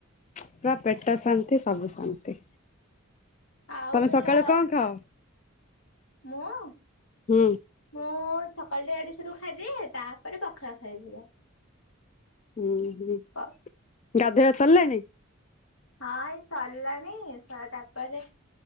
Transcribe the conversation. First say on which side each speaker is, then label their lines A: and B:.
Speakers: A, on the left; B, on the left.
A: ପୁରା ପେଟ ଶାନ୍ତି ସବୁ ଶାନ୍ତି।
B: ଆଉ
A: ତମେ
B: ହେଲା
A: ସକାଳୁ କଣ ଖାଅ?
B: ମୁଁ
A: ହୁଁ।
B: ମୁଁ ସକାଳଟା ଇଆଡେ ସିଆଡୁ ଖାଇଦିଏ ତାପରେ ପଖାଳ ଖାଇଦିଏ।
A: ହୁଁ ହୁଁ।
B: ଆ
A: ଗାଧେଇବା ସରିଲାଣି?
B: ହଁ ଏଇ ସରିଲାଣି ଶ ତାପରେ